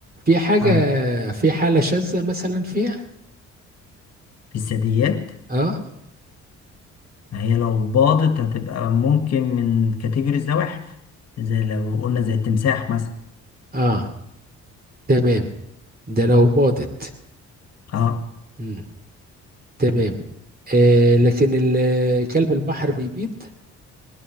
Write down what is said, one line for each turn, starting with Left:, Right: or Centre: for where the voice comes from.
Right: في حاجة
Left: ها
Right: في حالة شاذة مثلا فيها
Left: في الثدييات
Right: اه
Left: ما هي لو باضت هتبقى ممكن من كاتيجوري الزواحف زي لو قلنا زي التمساح مثلا
Right: اه تمام ده لو باضت
Left: اه
Right: مم. تمام آه لكن ال- كلب البحر بيبيض